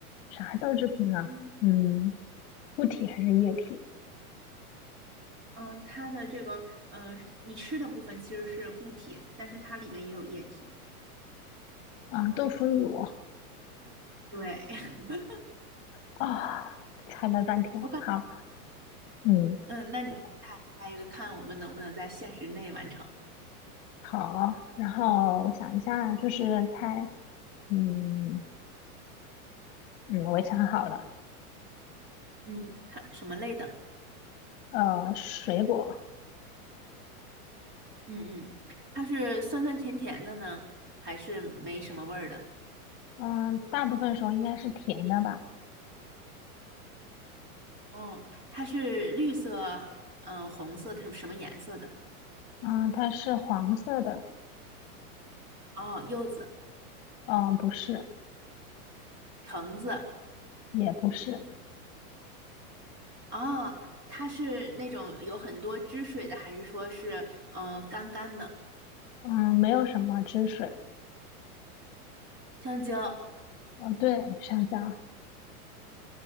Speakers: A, on the left (about 35°); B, on the right (about 25°).
A: 啥豆制品呢？
B: 嗯，
A: 嗯，固体还是液体
B: 嗯，它的这个嗯、呃你吃的部分其实是固体，但是它里面也有液体。
A: 啊？豆腐乳
B: 对，<laughs>
A: 啊，<laughs> 猜了半天，
B: 我感
A: 好，嗯。
B: 嗯，那你再猜一个，看我们能不能在限时内完成。
A: 好，然后我想一下，就是猜，嗯嗯，我也想好了，
B: 嗯，它什么类的？
A: 呃，水果，
B: 嗯嗯，它是酸酸甜甜的呢，还是没什么味儿的？
A: 嗯、大部分时候应该是甜的吧，
B: 哦，它是绿色，嗯、红色，它是什么颜色的？
A: 嗯、它是黄色的，
B: 哦，柚子、
A: 嗯、不是，
B: 橙子，
A: 也不是，
B: 哦，它是那种有很多汁水的，还是说是嗯、呃干干的
A: 嗯、没有什么汁水，
B: 香蕉？
A: 嗯、对，上蕉，